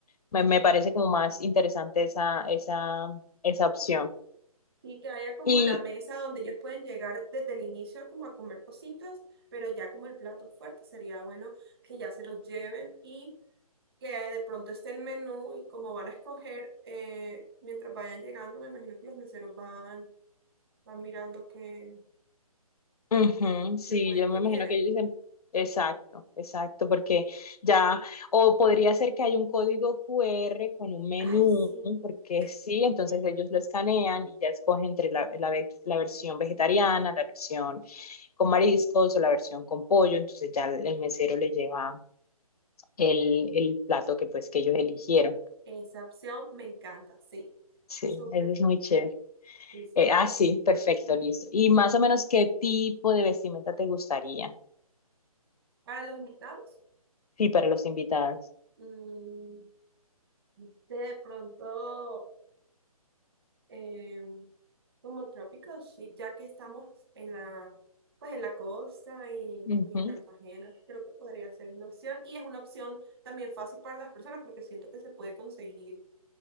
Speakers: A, on the left; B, on the right.
A: Me, me parece como más interesante esa, esa, esa opción.
B: Sí, que haya como
A: Y
B: la mesa donde ellos pueden llegar desde el inicio como a comer cositas, pero ya como el plato fuerte sería bueno que ya se los lleven y que de pronto esté el menú y como van a escoger, eh, mientras vayan llegando, me imagino que los meseros van van mirando qué,
A: Ujú, sí,
B: qué, puede,
A: yo me
B: qué
A: imagino
B: quieren.
A: que ellos dicen, exacto, exacto, porque ya, o podría ser que hay un código QR con un menú,
B: Ay, sí.
A: porque sí, entonces
B: sí
A: ellos lo escanean y ya escogen entre la, la, ve- la versión vegetariana, la versión con mariscos o la versión con pollo, entonces ya el el mesero le lleva el, el plato que pues que ellos eligieron.
B: Esa opción me encanta, sí.
A: Sí,
B: Súper.
A: eso es muy chévere.
B: sí, sí.
A: Eh, ah, sí, perfecto, listo. ¿Y más o menos qué tipo de vestimenta te gustaría?
B: Para los invitados,
A: Sí, para los invitados.
B: mm, no sé, de pronto, eh, como tropical chic, ya que estamos en la, pues en la costa y,
A: Ujú.
B: y en Cartagena, creo que podría ser una opción. Y es una opción también fácil para las personas porque siento que se puede conseguir